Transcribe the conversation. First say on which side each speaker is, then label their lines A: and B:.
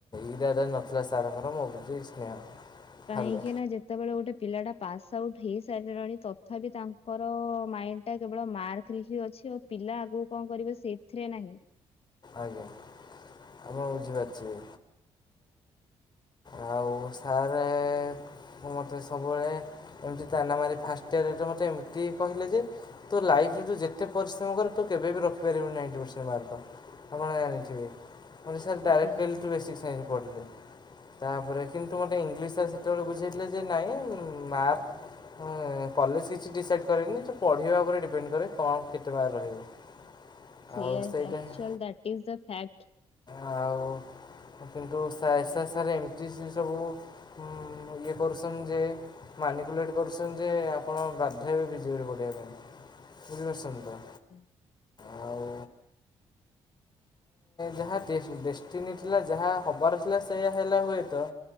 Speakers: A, on the left (about 35°); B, on the left (about 55°).
A: ଇରାରେ ନଥିଲା ସାରଙ୍କର ମୋ ପ୍ରତି ସ୍ନେହ।
B: କାହିଁକି
A: ହ୍ୟାଲୋ
B: ନା ଯେ ଯେତେବେଳେ ଗୋଟେ ପିଲାଟା ପାସ୍ ଆଉଟ୍ ହେଇସାରିଲାଣି ତଥାପି ତାଙ୍କର ମାଇଣ୍ଡଟା କେବଳ ମାର୍କ ଚାକିରି ହ ଅଛି ଆଉ ପିଲା ଆଗକୁ କଣ କରିବ ସେ ଏଥିରେ ନାହିଁ।
A: ଆଜ୍ଞା ଆ ମୁଁ ବୁଝିପାରୁଛି। ଆଉ ସାର୍ ମୁଁ ମୋତେ ସବୁବେଳେ ଏମିତି ତାନା ମାରି ଫାଷ୍ଟ ଇୟରେ ମୋତେ ଏମିତି କହିଲେ ଯେ ତୁ ଲାଇଫରେ ତୁ ଯେତେ ପରିଶ୍ରମ କରୁ ତୁ କେବେ ବି ରଖିପାରିବୁି ନାଇଟି ପରସେଣ୍ଟ ମାର୍କ? ଆପଣ ଜାଣିଥିବେ ମତେ ସାର୍ ଡାଇରେକ୍ଟ
B: ଆଜ୍ଞା
A: କହିଲି
B: ଆଜ୍ଞା
A: ତୁ ବେସିକ୍ ସାଇନ୍ସରେ ପଢ଼ିଲେ। ତାପରେ କିନ୍ତୁ ମୋତେ ଇଂଲିଶରେ ସେତେବେଳେ ବୁଝାଇଥିଲେ ଯେ ନାଇଁ ମାର୍କ ହଁ କଲେଜ କିଛି ଡିସାଇଡ୍ କରେନି ଯେ ପଢ଼ିବା ଉପରେ ଡିପେଣ୍ଡ କରେ କଣ କେତେ ମାର୍କ ରହିବ? <inaudible>
B: ସେଇଆ
A: ସେଇଟା
B: actually
A: ହିଁ
B: that is the fact.
A: ଆଉ କିନ୍ତୁ ସାର୍ ଏମିତି ସେ ସବୁ ମୁଁ ଇଏ କରୁଛନ୍ତି ଯେ ମାନକୁ ଲେଟ୍ କରୁଛନ୍ତି ଯେ ଆପଣ ବାଧ୍ୟ ହେବେ ଭିଜିବରେ ପଡ଼ିବା ପାଇଁ ବୁଝିପାରୁଛନ୍ତି ତ?
B: ହୁଁ।
A: ଆଉ ଯାହା ଡେଷ୍ଟିନ ଥିଲା ଯାହା ହବାର ଥିଲା ସେଇୟା ହେଲା ହୁଏତ।